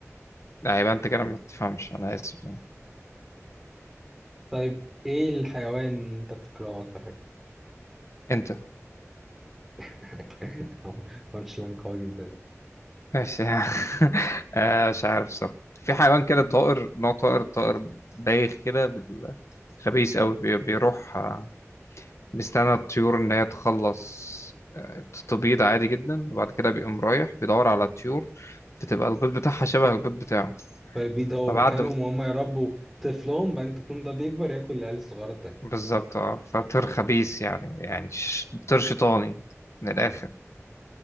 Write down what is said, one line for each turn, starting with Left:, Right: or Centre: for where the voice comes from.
Left: لا يبقى انت كده ما بتفهمش انا اسف يعني
Centre: طيب ايه الحيوان اللي انت بتكرهه اكتر حاجه
Left: انت
Centre: <laughs> بانش لاين قوي جدا
Left: ماشي <laughs> آه، مش عارف الصراحة في حيوان كده طائر نوع طائر طائر بايخ كده بال- خبيث قوي بي- بيروح آه، بيستنى الطيور إن هي تخلص آه، تبيض عادي جدا وبعد كده بيقوم رايح بيدور على الطيور بتبقى البيض بتاعها شبه البيض بتاعه
Centre: طيب بيض هو
Left: فبعد
Centre: مكانهم
Left: م-
Centre: وهم يربوا طفلهم بعدين طفلهم ده بيكبر ياكل العيال الصغيره التانيه
Left: بالظبط اه فطير خبيث يعني يعني ش- طير شيطاني من الآخر